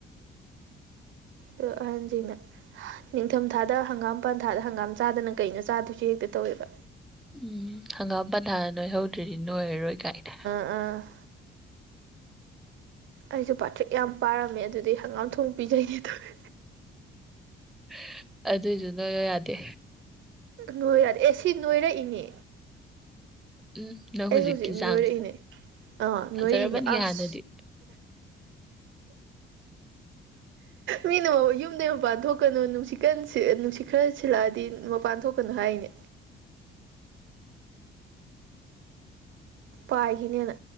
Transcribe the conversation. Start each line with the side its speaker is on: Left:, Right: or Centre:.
Right: ꯗꯣ ꯑꯍꯟꯖꯤꯡꯅ ꯅꯤꯡꯊꯝꯊꯥꯗ ꯍꯪꯒꯥꯝ ꯄꯥꯟꯊꯥꯗ ꯍꯪꯒꯥꯝ ꯆꯥꯗꯅ ꯀꯩꯅꯣ ꯆꯥꯗꯣꯏꯁꯦ ꯍꯦꯛꯇ ꯇꯧꯋꯦꯕ꯫
Centre: ꯎꯝ ꯍꯪꯒꯥꯝ ꯄꯟꯊꯥ ꯅꯣꯏ ꯍꯧꯗ꯭ꯔꯗꯤ ꯅꯣꯏꯔꯔꯣꯏ ꯀꯥꯏꯅ꯫
Right: ꯎꯝ꯫ ꯑꯩꯁꯨ ꯄꯥꯇ꯭ꯔꯤꯛ ꯌꯥꯝ ꯄꯥꯔꯝꯃꯦ ꯑꯗꯨꯗꯩ ꯍꯪꯒꯥꯝ ꯊꯣꯡ ꯄꯤꯖꯩꯅꯦ ꯇꯧꯋ꯫ꯦ
Centre: <unintelligible> ꯑꯗꯨꯏꯖꯨ ꯅꯣꯏꯌꯨ ꯌꯥꯗꯦ꯫
Right: ꯅꯣꯏ ꯌꯥꯗꯦ ꯑꯦ ꯁꯤ ꯅꯣꯏꯔꯛꯏꯅꯦ꯫
Centre: ꯎꯝ ꯅꯪ
Right: ꯑꯩ
Centre: ꯍꯧꯖꯤꯛꯀꯤ
Right: ꯍꯧꯖꯤꯛ
Centre: ꯆꯥꯡꯁꯦ
Right: ꯅꯣꯏꯔꯛꯏꯅꯦ ꯑꯥ
Centre: ꯐꯖꯔꯕꯅꯤ
Right: ꯅꯣꯏꯔꯛꯏꯅꯦ ꯑꯁ꯫
Centre: ꯍꯥꯟꯅꯗꯤ
Right: ꯃꯤꯅꯕꯧ ꯌꯨꯝꯗꯒꯤ ꯃꯄꯥꯟ ꯊꯣꯛꯀꯅꯨ ꯅꯨꯡꯁꯤꯠꯀꯟ ꯅꯨꯡꯁꯤꯠ ꯈꯔ ꯁꯤꯜꯂꯛꯑꯗꯤ ꯃꯄꯥꯟ ꯊꯣꯛꯀꯅꯨ ꯍꯥꯏꯅꯦ꯫ ꯄꯥꯏꯒꯤꯅꯦꯅ꯫